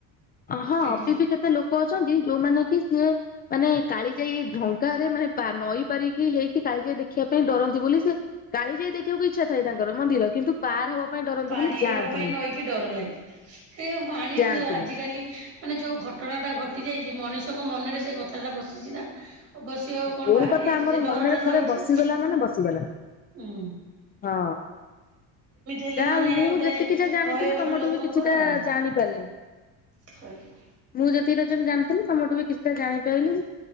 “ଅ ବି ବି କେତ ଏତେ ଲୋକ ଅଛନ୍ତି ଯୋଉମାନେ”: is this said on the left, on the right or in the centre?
Left